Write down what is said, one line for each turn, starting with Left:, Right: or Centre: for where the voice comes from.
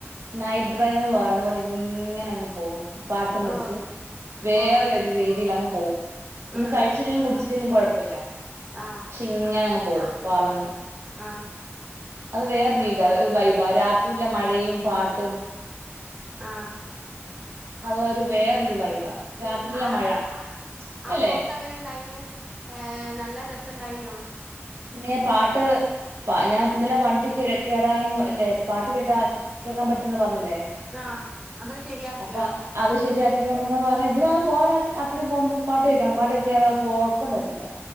Right: നൈറ്റ് ഡ്രൈവ്ന്ന് പറയുന്ന പോലെ ഇങ്ങനെ അങ്ങ് പോവും പാട്ടും
Centre: ഓ
Right: വെച്ച് വേറെ
Centre: ഓ
Right: ഒരു രീതിൽ അങ്ങ് പോകും ഒന്ന്
Centre: ഉം
Right: കഴിച്ചില്ലെങ്കിൽ ലും കുഴപ്പമില്ല
Centre: ആ
Right: പക്ഷെ ഇങ്ങനെ അങ്ങ് പോകും പറന്ന്
Centre: ആഹ്
Right: അത് വേറെ രീതാ വൈബ രാത്രിയിലെ മഴയും പാട്ടും
Centre: ആഹ്
Right: അതൊരു വേറൊരു വൈബ രാത്രിയിലെ
Centre: ആ
Right: മഴ
Centre: ആ
Right: അല്ലേ
Centre: പോക്ക് എങ്ങനെ ഇണ്ടായിനു നല്ല രസ ഇണ്ടായിനോ
Right: പിന്നെപാട്ട് പ ഞാൻ ഇന്നലെ വണ്ടി കേടായിന്ന് പറല്ലേ പാട്ട് കേട്ടാ കേൾക്കാൻ പറ്റുംന്ന് പറഞ്ഞില്ലേ
Centre: ആഹ് അതൊക്കെ ശരിയാക്കിയോ?
Right: അപ്പൊ അത് ശെരിയാക്കി കൊണ്ട വന്നന്ന് പറഞ്ഞാ ഇതിനാ പോരേരാത്രി പോക്മ്പൊ പാട്ട് കേൾക്കണം പാട്ട് കേട്ടില്ലക്ക് ഒ ർക്കം വരത്തില്ല